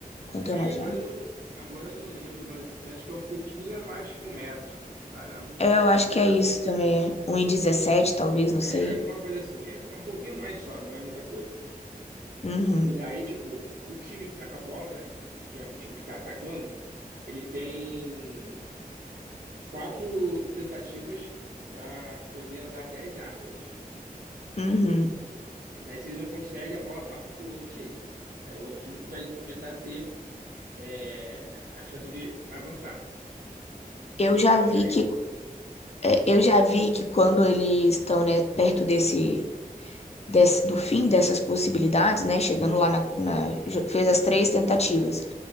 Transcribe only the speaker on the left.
quanto
é uma jarda?
É, eu
acho
que é isso
também, é um e dezessete talvez, não
sei.
Uhum,
uhum.
Eu
já vi
que É,
eu já vi que quando eles estão, né, perto desse, desse- do fim dessas possibilidades, né, chegando lá na, na- jo- fez as três tentativas.